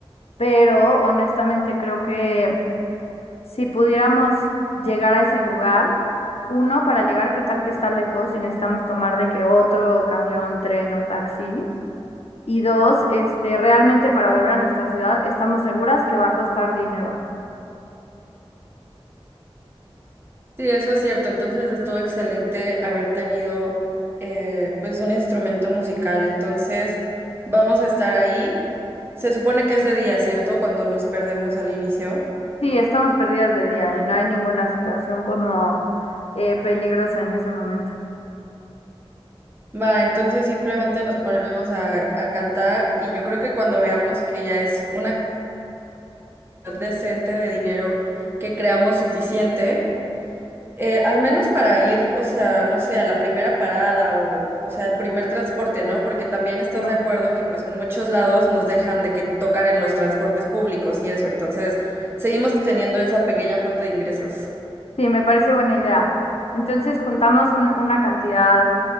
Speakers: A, on the left (about 85°); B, on the right (about 25°).
A: pero honestamente creo que si pudiéramos llegar a ese lugar, uno, para llegar, ¿qué tal que está lejos y necesitamos tomar de que otro camión, tren o taxi? Y dos, este, realmente para volver a nuestra ciudad estamos seguras que va a costar dinero.
B: Sí, eso es cierto. Entonces estuvo excelente haber tenido, eh, pues, un instrumento musical. Entonces, vamos a estar ahí. Se supone que es de día, ¿cierto? Cuando nos perdemos al inicio.
A: Sí, estamos perdidas de día y no hay ninguna situación como eh, peligrosa en ese momento.
B: Va, entonces simplemente nos ponemos a, a cantar y yo creo que cuando veamos que ya es una cantidad decente de dinero que creamos suficiente, eh, al menos para ir, o sea, no sé, a la primera parada o, o sea, al primer transporte, ¿no? Porque también estás
A: Sí,
B: de acuerdo que pues en muchos lados nos dejan de que tocar en los transportes públicos y eso, entonces seguimos teniendo esa pequeña fuente de ingresos.
A: sí, me parece buena idea. Entonces juntamos un- una cantidad